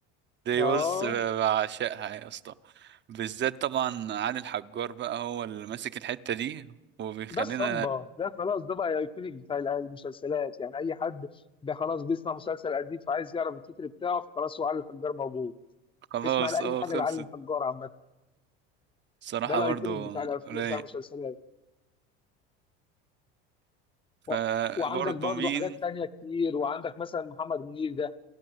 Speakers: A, on the right (about 40°); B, on the left (about 15°).
A: دي
B: أه
A: بص بعشقها يا اسطى بالذات طبعا علي الحجار بقى هو اللي ماسك الحتة دي وبيخلينا
B: ده الصمبا ده خلاص ده بقى ايكونيك بتاع الع- المسلسلات يعني اي حد ده خلاص بيسمع مسلسل قديم فعايز يعرف التتر بتاعه فخلاص هو علي الحجار موجود
A: خلاص
B: اسمع لاي
A: اه
B: حاجه
A: خلصت
B: لعلي الحجار عامه
A: صراحة
B: ده الايكونيك
A: برضو
B: بتاع الأف-
A: رايق
B: بتاع المسلسلات و-
A: فبرضو
B: وعندك برضو
A: مين
B: حاجات تانية كتير وعندك مثلا محمد منير ده